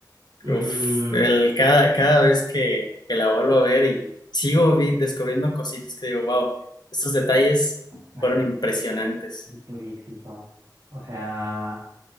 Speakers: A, on the right; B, on the left.
A: Mmm.
B: Uf, el, cada, cada vez que, que la vuelvo a ver y sigo vi- descubriendo cositas que digo, wow, estos detalles
A: Nah,
B: fueron impresionantes.
A: durísimo. O sea.